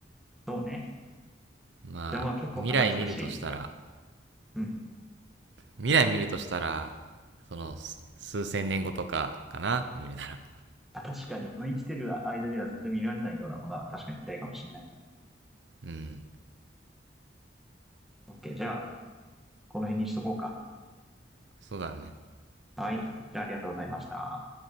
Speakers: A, in the centre; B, on the right.
A: そうね。
B: まあ、
A: でもまあ結構話したし、
B: 未来見るとしたら、
A: うん。
B: 未来見るとしたら、その、数千年後とかかな見るなら。
A: あ確かに、まあ、生きてる間では絶対見られないようなものは確かに見たいかもしれない。
B: うん、
A: OK。じゃあ、この辺にしとこうか。
B: そうだね。
A: はい。じゃあありがとうございました。